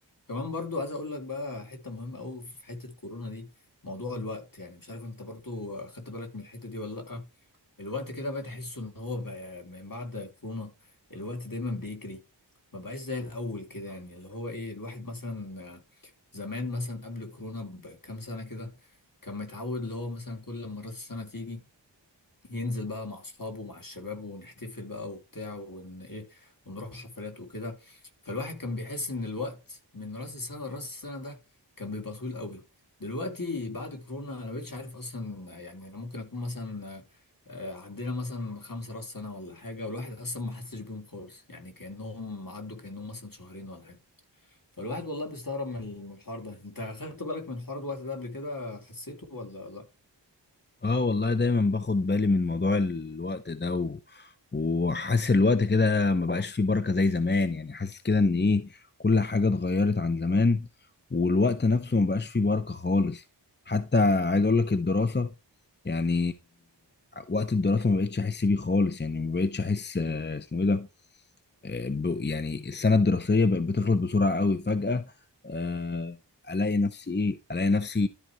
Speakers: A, on the left (about 50°); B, on the left (about 25°).
A: كمان برضو عايز اقول لك بقى حته مهمه قوي في حته كورونا دي موضوع الوقت يعني مش عارف انت برضو خدت بالك من الحته دي ولا لا الوقت كده بقيت احس ان هو بقى من بعد كورونا الوقت دايما بيجري ما بقاش زي الاول كده يعني اللي هو ايه الواحد مثلا آه، زمان مثلا قبل كورونا بكام سنة كده كان متعود اللي هو مثلا كل ما راس السنة تيجي ينزل بقى مع اصحابه ومع الشباب ونحتفل بقى وبتاع ون ايه ونروح حفلات وكده فالواحد كان بيحس ان الوقت من راس السنه لراس السنه ده كان بيبقى طويل قوي دلوقتي بعد كورونا انا مبقتش عارف اصلا يعني انا ممكن اكون مثلا آه، عدينا مثلا خمسة راس سنه ولا حاجه والواحد اصلا ما حسش بيهم خالص يعني كانهم عدوا كانهم مثلا شهرين ولا حاجه فالواحد والله بيستغرب من ال- من الحوار ده انت خدت بالك من حوار الوقت ده قبل كده حسيته ولا لا
B: اه والله دايما باخد بالي من موضوع الوقت ده و... وحاسس الوقت كده ما بقاش فيه بركة زي زمان يعني حاسس كده ان ايه كل حاجة اتغيرت عن زمان والوقت نفسه ما بقاش فيه بركة خالص حتى عايز اقول لك الدراسة يعني وقت الدراسة ما بقتش احس بيه خالص يعني ما بقتش احس آه، اسمه ايه ده آه، ب- يعني السنة الدراسية بقت بتخلص بسرعة قوي فجأة آه، الاقي نفسي ايه الاقي نفسي